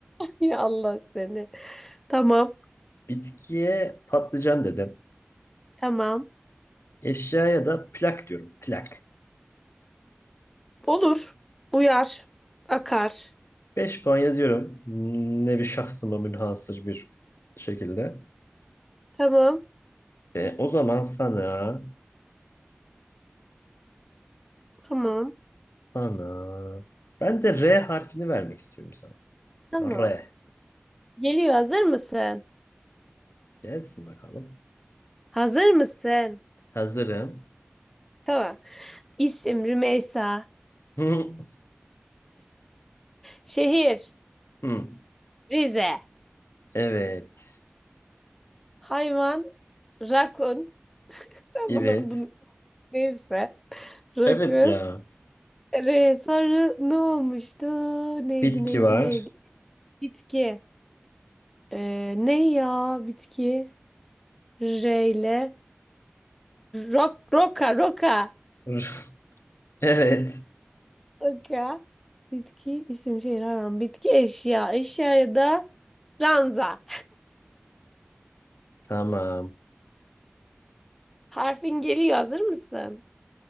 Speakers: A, in the centre; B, on the left.
A: Ya Allah seni. Tamam.
B: Bitkiye patlıcan dedim.
A: Tamam.
B: Eşyaya da plak diyorum. Plak.
A: Olur. Uyar. Akar.
B: 5 puan yazıyorum. Nevi şahsıma münhasır bir şekilde.
A: Tamam.
B: Ve o zaman sana,
A: Tamam.
B: sana, ben de R harfini vermek istiyorum sana.
A: Tamam.
B: R.
A: Geliyor. Hazır mısın?
B: Gelsin bakalım.
A: Hazır mısın?
B: Hazırım.
A: Tamam. İsim Rümeysa.
B: Hı,
A: Şehir
B: hı.
A: Rize.
B: Evet.
A: Hayvan rakun. <laughs> Sen
B: Evet.
A: bana bunu neyse. Rakun.
B: Evet ya.
A: Re sarı ne olmuştu? Neydi
B: Bitki
A: neydi
B: var.
A: neydi? Bitki. Ee, ne ya bitki? R ile Rok, roka, roka.
B: <laughs> Evet.
A: Roka. Bitki, isim, şehir, hayvan. Bitki, eşya. Eşyaya da ranza.
B: Tamam.
A: Harfin geliyor. Hazır mısın?